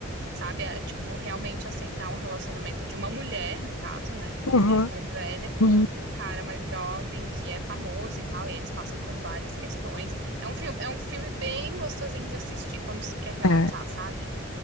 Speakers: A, on the right; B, on the left.
A: sabe? É, tipo, realmente aceitar um relacionamento de uma mulher, no caso, né? De uma
B: Uhum.
A: mulher mais velha com
B: Uhum.
A: um cara mais jovem que é famoso e tal, e eles passam por várias questões. É um filme, é um filme bem gostosinho de assistir quando se quer relaxar,
B: É.
A: sabe?